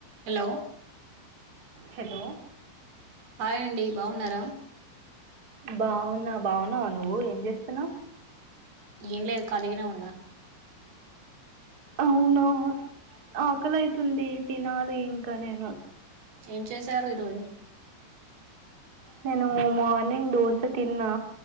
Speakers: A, on the right; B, on the right.
A: Hello
B: hello
A: hi అండి బాగున్నారా
B: బావున్నా బావున్నావా నువ్వు ఏం చేస్తున్నావ్
A: ఏంలేదు కలిగినే ఉన్నా
B: అవునా
A: ఆ,
B: ఆకలైతుంది తినాలి ఇంకా నేను
A: ఏం చేసారు ఈరోజు
B: నేను మార్నింగ్ దోస తిన్నా